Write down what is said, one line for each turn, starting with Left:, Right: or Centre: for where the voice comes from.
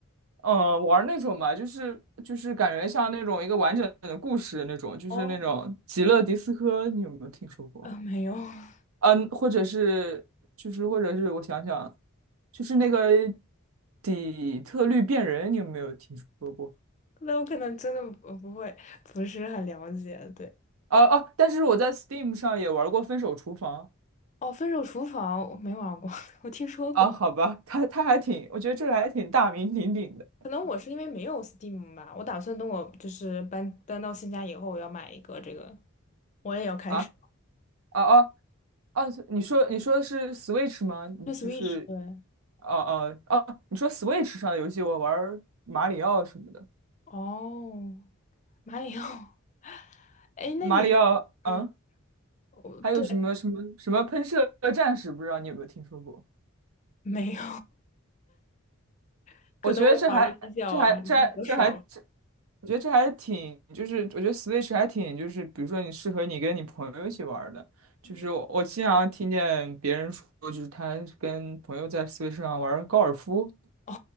Right: 嗯，玩儿那种吧，就是就是感觉像那种一个完整的故事那种，就是那种极乐迪斯科，
Left: 哦，
Right: 你有没有听说过？
Left: 呃，没有。哦
Right: 嗯，或者是就是或者是我想想。就是那个底特律变人，你有没有听说过？
Left: 那我可能真的不不会，不是很了解。对，
Right: 哦、哦、但是我在 Steam 上也玩过《分手厨房》
Left: 哦，《分手厨房》我没玩过，<laughs> 我听说过。
Right: 啊，好吧，它它还挺，我觉得这个还挺大名鼎鼎的
Left: 可能我是因为没有 Steam 吧，我打算等我就是搬搬到新家以后，我要买一个这个，我也要开始。
Right: 啊哦哦哦，你说你说的是 Switch 吗？你就是
Left: 对 Switch，对，
Right: 哦哦哦，你说 Switch 上的游戏，我玩马里奥什么的，
Left: 哦，马里奥。哎，
Right: 马里奥嗯，
Left: 那你，嗯，我对，
Right: 还有什么什么什么喷射战士，不知道你有没有听说过？
Left: 没有，<laughs> 可能我玩的比较还是比较少。
Right: 我觉得这还这还这还这还这，我觉得这还挺，就是我觉得 Switch 还挺，就是比如说你适合你跟你朋友一起玩儿的，就是我我经常听见别人说，
Left: 嗯，
Right: 就是他跟朋友在 Switch 上玩儿高尔夫，
Left: 哦，